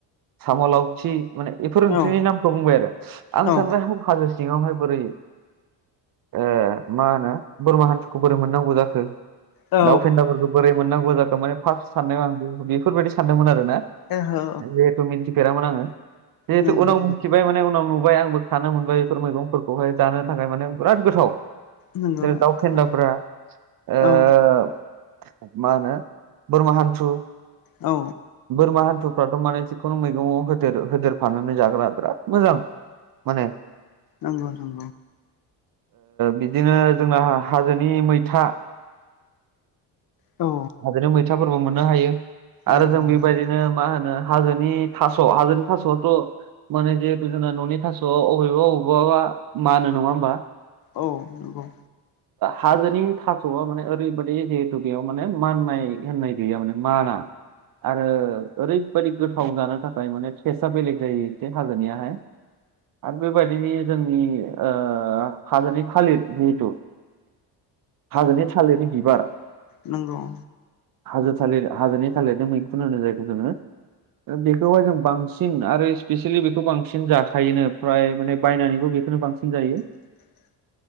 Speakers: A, on the right (about 50°); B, on the left (about 55°).
A: साम' लावथि माने इफोर ओंख्रिनि
B: औ
A: नामखौ बुंबाय आरो आं
B: औ
A: सानबाय हाब हाजो सिङावहाय बोरै ओ मा होनो बोरमा हान्थुखौ बोरै मोननांगौ जाखो
B: औ
A: दा फेन्दाफोरखौ बोरै मोननांगौ जाखो माने फार्स्ट साननायाव आं बेफोरबायदि सानदोंमोन आरोना
B: ओहो
A: जिहेथु मिथिफेरामोन आङो जिहेथु
B: नोंगो
A: उनाव मिनथिबाय माने उनाव नु बाय आंबो खानो मोनबाय बेफोर मैगंफोरखौहाय जानो थाखाय माने बिराद गोथाव
B: नोंगौ
A: जेरै दाव फेन्दाफ्रा
B: औ
A: ओ
B: औ
A: मा होनो बोरमा हानथु
B: औ
A: बोरमा हान्थुफ्राथ' माने जिखुनु मैगङाव होदेर होदेरफनानै जाग्रा बिराद मोजां माने
B: नोंगौ‌ नोंथां
A: बिदिनो जोंना हाजोनि मैथा
B: औ
A: हाजोनि मैथाफोरबो मोननो हायो आरो
B: नंगौ
A: जों
B: नंगौ औ
A: बेबायदिनो मा होनो हाजोनि थास' हाजोनि थास'आथ' माने जिहेतु जोंना न'नि थास'वा अबेबा अबेबा बा मानो नङा होमबा
B: औ नंगौ
A: हाजोनि थास'आ माने ओरैबायदि जिहेतु बेयाव माने माननाय होननाय गैया माने माना आरो ओरैबायदि गोथाव जानो थाखाय माने टेसआ बेलेग जायो एसे हाजोनिहाय आरो बेबायदिनो जोंनि ओ हाजोनि थालिर जिहेतु हाजोनि थालिरनि बिबार
B: नोंगौं
A: हाजो थालिर हाजोनि थालिरदों मैखुन होनो जायखौ जोङो बेखौहाय जों बांसिन आरो स्पेसियेलि बेखौ बांसिन जाखायोनो फ्राय माने बायनानैबो बेखौनो बां नजायो
B: <inaudible>